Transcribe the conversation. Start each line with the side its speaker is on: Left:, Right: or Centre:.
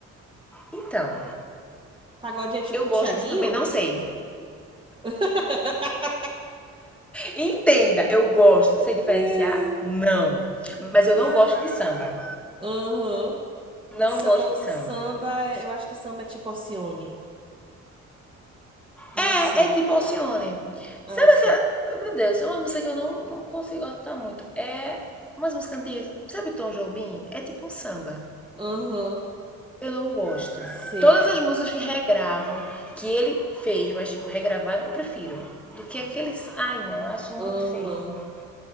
Centre: Então,
Right: Pagode é tipo
Centre: eu gosto,
Right: Tiaguinho?
Centre: mas eu também não sei.
Right: <laughs>
Centre: Entenda, eu gosto. Sei diferenciar?
Right: É,
Centre: Não. Mas eu
Right: é.
Centre: não gosto de samba.
Right: Aham.
Centre: Não
Right: Sam-
Centre: gosto de samba.
Right: Samba, eu acho que samba é tipo Alcione. Não
Centre: É,
Right: sei.
Centre: é tipo Alcione.
Right: Ah,
Centre: Sabe
Right: sim.
Centre: aquela. Meu Deus, é uma música que eu não, não consigo gostar muito. É umas músicas antigas. Sabe Tom Jobim? É tipo um samba.
Right: Aham.
Centre: Eu não gosto.
Right: Sei.
Centre: Todas as músicas que regravam, que ele fez, mas tipo, regravaram, eu prefiro. Do que aqueles. Ai, não, acho
Right: Aham.
Centre: muito feio.